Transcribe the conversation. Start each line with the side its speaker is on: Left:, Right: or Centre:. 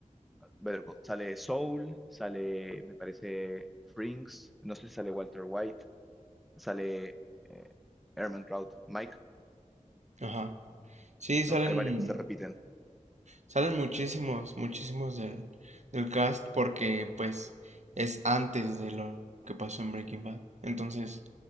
Centre: ver, sale Soul, sale, me parece, Frinks, no sé si sale Walter White, sale eh, Trout, Mike,
Right: Ajá. Sí,
Centre: ¿no?
Right: salen
Centre: Hay varios que se repiten.
Right: Salen muchísimos, muchísimos del, del cast porque pues es antes de lo que pasó en Breaking Bad. Entonces